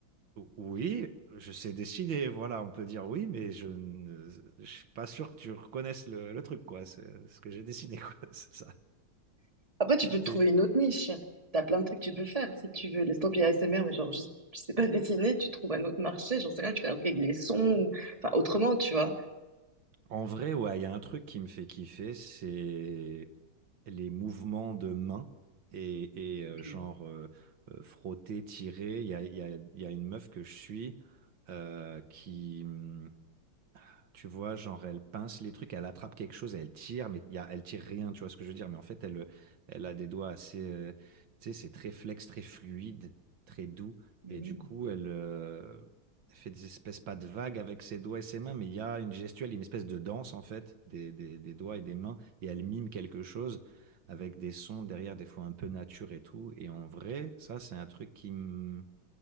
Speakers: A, on the right; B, on the right.
A: oui, je sais dessiner, voilà, on peut dire oui, mais je ne je suis pas sûr que tu reconnaisses le, le truc, quoi. C'est ce que j'ai dessiné, quoi. <laughs> C'est ça.
B: Après, tu peux te
A: T'es-
B: trouver une autre niche. T'as plein de trucs que tu peux faire si tu veux. Laisse tomber ASMR, mais genre juste, tu sais pas dessiner, tu trouves un autre marché, j'en sais rien, tu fais un truc avec les sons, ou... enfin autrement, tu vois.
A: En vrai, ouais, il y a un truc qui me fait kiffer, c'est les mouvements de main et, et, euh,
B: Ok.
A: genre euh, euh, frotter, tirer. Il y a, il y a- il y a une meuf que je suis euh, qui. hum, Tu vois, genre, elle pince les trucs, elle attrape quelque chose, elle tire, mais il y a, elle tire rien, tu vois ce que je veux dire. Mais en fait, elle, elle a des doigts assez. euh, tu sais, c'est très flex, très fluide, très doux.
B: Mm.
A: Et du coup, elle euh, fait des espèces pas de vagues avec ses doigts et ses mains, mais il y a une gestuelle, une espèce de danse, en fait, des, des, des doigts et des mains. Et elle mime quelque chose avec des sons derrière, des fois un peu nature et tout. Et en vrai, ça, c'est un truc qui me